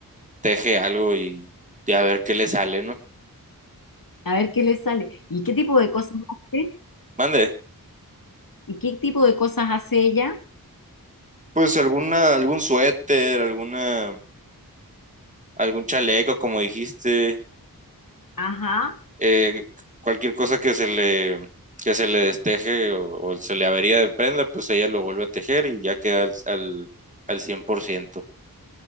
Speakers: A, on the right (about 20°); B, on the left (about 65°).
A: teje algo y, y a ver qué le sale, ¿no?
B: A ver qué le sale. ¿Y qué tipo de cosas hace?
A: Mande.
B: ¿Y qué tipo de cosas hace ella?
A: Pues alguna, algún suéter, alguna, algún chaleco, como dijiste,
B: Ajá.
A: eh, cualquier cosa que se le, que se le desteje o, o se le avería de prenda, pues ella lo vuelve a tejer y ya queda al, al, al 100%.